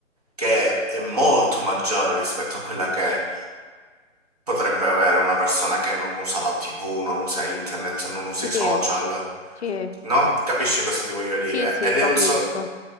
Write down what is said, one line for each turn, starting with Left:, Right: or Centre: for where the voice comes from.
Right: che è molto maggiore rispetto a quella che potrebbe avere una persona che non usa la TV, non usa internet, non usa
Left: Sì,
Right: i social,
Left: sì,
Right: no? Capisci cosa ti voglio dire?
Left: sì, sì,
Right: Ed
Left: capisco.
Right: è un so-